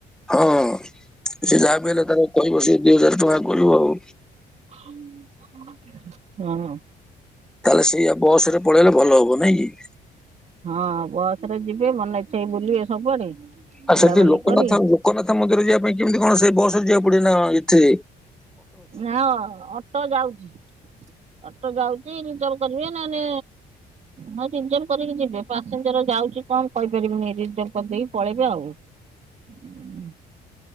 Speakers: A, in the centre; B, on the right (about 40°).
A: ହଁ ସେ ଯାହା ବି ହେଲେ ତାର କହିବ। ସେ ଦିଇ ହଜାର ଟଙ୍କା କହିବ ଆଉ।
B: <inaudible> ହଁ।
A: ତାଲେ ସେଇଆ ବସ୍ ରେ ପଳେଇଲେ ଭଲ ହବ ନାଇଁ କି?
B: ହଁ ବସ୍ ରେ ଯିବେ ମନ ଇଚ୍ଛା କି ବୁଲିବେ ସବୁଆଡେ।
A: ଆଉ
B: ବୁଲାବୁଲି
A: ସେଠି ଲୋକନାଥ
B: କରି
A: ଲୋକନାଥ ମନ୍ଦିର ଯିବା ପାଇଁ କି କେମିତି କଣ ସେ ବସ୍ ରେ ଯିବାକୁ ପ ପଡ଼ିନ ଏଠେ।
B: ନାଁ ଅ -ଅଟୋ ଯାଉଛି। ଅଟୋ ଯାଉଚି ରିଜର୍ପ କରିବେ ନନେ ହଉ ରିଜର୍ପ କରିକି ଯିବେ ପାସେଞ୍ଜର ଯାଉଚି କଣ ମୁଁ କହିପାରିବନି ରିଜର୍ପ କରିଦେଇକି ପଳେଇବେ ଆଉ ଉଁ।